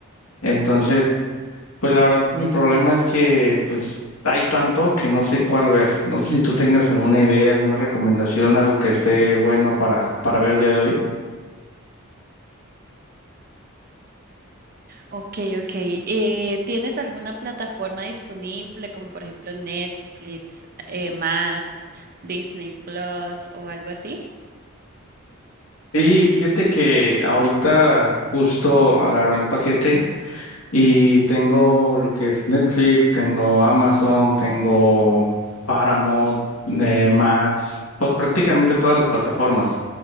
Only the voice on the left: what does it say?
Entonces, pues la verdad mi problema es que pues hay tanto que no sé cuál ver. No sé si tú tengas alguna idea, alguna recomendación, algo que esté bueno para, para ver el día de hoy.
Y fíjate que ahorita justo agarré un paquete. Y tengo lo que es Netflix, tengo Amazon, tengo Paramount, eh, Max, pues prácticamente todas las plataformas.